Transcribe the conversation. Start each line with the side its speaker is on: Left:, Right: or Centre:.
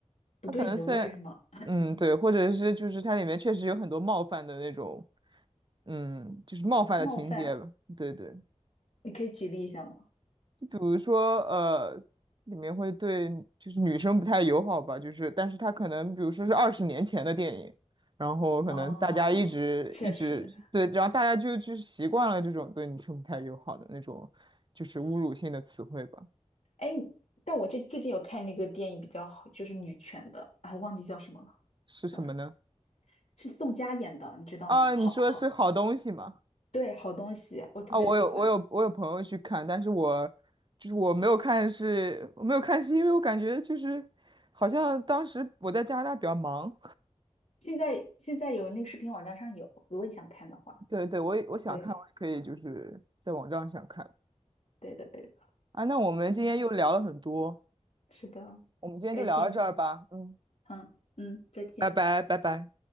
Left: 不对你的味儿是吗？
Right: 它可能虽然，
Left: <laughs>
Right: 嗯，
Left: 嗯
Right: 对，或者是就是它里面确实有很多冒犯的那种，嗯，就是冒犯的情节吧，
Left: 冒犯，
Right: 对对。
Left: 你可以举例一下吗？
Right: 比如说呃，里面会对就是女生不太友好吧，就是但是它可能比如说是二十年前的电影，然后可能大家一直一直对，
Left: 哦，确实，
Right: 然后大家就就习惯了这种对女生不太友好的那种就是侮辱性的词汇吧，
Left: 哎，你但我这最近有看那个电影比较好，就是女权的啊，忘记叫什么了
Right: 是什么呢？
Left: ，sorry，是宋佳演的，你知道吗？
Right: 啊，
Left: 好好，
Right: 你说是好东西吗？
Left: 对，好东西，我特别喜欢。
Right: 啊，我有我有我有朋友去看，但是我就是我没有看是，我没有看是因为我感觉就是好像当时我在加拿大比较忙，
Left: 现在现在有那个视频网站上有，如果你想看的话，
Right: 对对，我也我想看，
Left: 对，
Right: 我也可以就是在网站上看
Left: 对的对的，
Right: 啊。那我们今天又聊了很多，
Left: 嗯，是的，
Right: 我们今天就聊到这儿吧。
Left: 感谢你。
Right: 嗯，
Left: 嗯嗯，再见。
Right: 拜拜，拜拜。